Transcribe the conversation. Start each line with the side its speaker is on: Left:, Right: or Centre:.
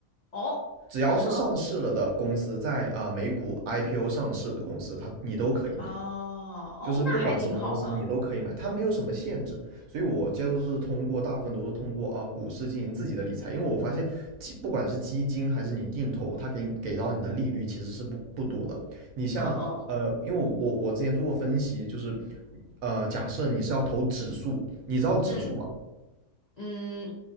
Left: 哦，
Right: 只要是上市了的公司，
Left: 是吗？我
Right: 在啊、呃美股 IPO 上市的公司，它你都可以买，
Left: 啊，哦，
Right: 就是不管什么公司你都可以买，
Left: 那还挺好的。
Right: 它没有什么限制。所以我接触是通过大部分都是通过啊、呃股市进行自己的理财，因为我发现基不管是基金还是你定投，它给你给到你的利率其实是不不多的。你像呃，
Left: 嗯嗯
Right: 因为我我之前做过分析，就是呃，假设你是要投指数，你知道指数吧？
Left: 嗯嗯，